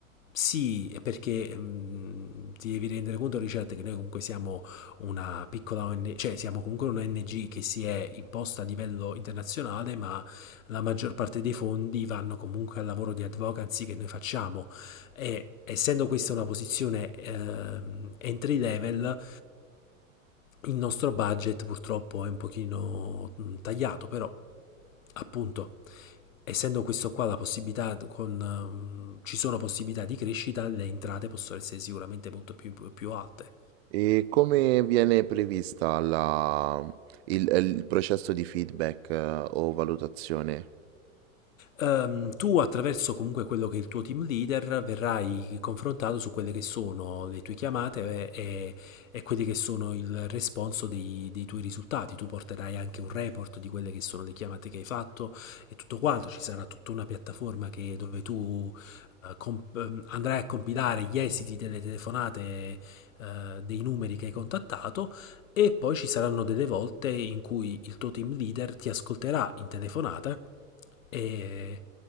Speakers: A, on the left; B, on the right.
A: Sì, è perché mh, ti devi rendere conto, Richard, che noi comunque siamo una piccola ONG, cioè siamo comunque un'ONG che si è imposta a livello internazionale, ma la maggior parte dei fondi vanno comunque al lavoro di advocacy che noi facciamo. E essendo questa una posizione ehm, entry level, il nostro budget purtroppo è un pochino mh, tagliato, però appunto essendo questo qua la possibilità con, ehm, ci sono possibilità di crescita, le entrate possono essere sicuramente molto più, più alte.
B: E come viene prevista la, il, eh, il processo di feedback, eh, o valutazione?
A: Ehm, tu attraverso comunque quello che è il tuo team leader verrai confrontato su quelle che sono le tue chiamate e, e- e quelli che sono il responso dei, dei tuoi risultati. Tu porterai anche un report di quelle che sono le chiamate che hai fatto e tutto quanto. Ci sarà tutta una piattaforma che- dove tu eh, com- ehm, andrai a compilare gli esiti delle telefonate, eh, dei numeri che hai contattato e poi ci saranno delle volte in cui il tuo team leader ti ascolterà in telefonata e